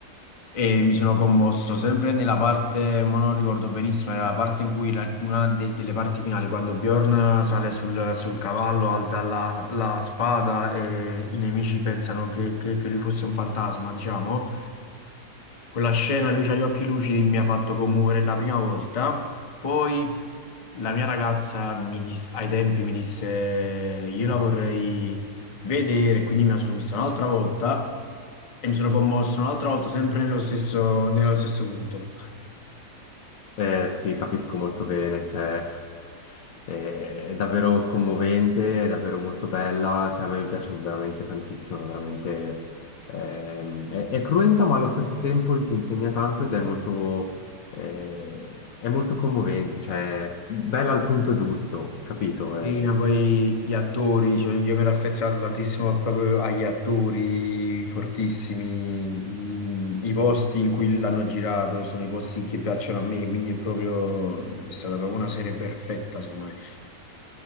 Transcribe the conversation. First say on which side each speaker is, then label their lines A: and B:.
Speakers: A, on the left; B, on the left.
A: e mi sono commosso sempre nella parte, ma non ricordo benissimo, era la parte in cui la- una de- delle parti finali, quando Bjorn sale sul, sul cavallo, alza la, la spada e i nemici pensano che, che che lui fosse un fantasma, diciamo. Quella scena, lui ha gli occhi lucidi, mi ha fatto commuovere la prima volta. Poi la mia ragazza mi dis- ai tempi mi disse io la vorrei vedere, quindi me la sono vista un'altra volta e mi sono commosso un'altra volta sempre nello stesso, nello stesso punto.
B: Eh, sì, capisco molto bene. Cioè, eh, è davvero commovente, è davvero molto bella. Cioè, a me piace veramente tantissimo, è veramente. ehm, è, è cruenta, ma allo stesso tempo ti insegna tanto ed è molto, eh, è molto commovente, cioè bella al punto giusto, capito? Eh,
A: E poi gli attori, cioè, io mi ero affezionato tantissimo proprio agli attori fortissimi, l- i posti in cui l'hanno girato sono i posti che piacciono a me, quindi è proprio, è stata proprio una serie perfetta secondo me.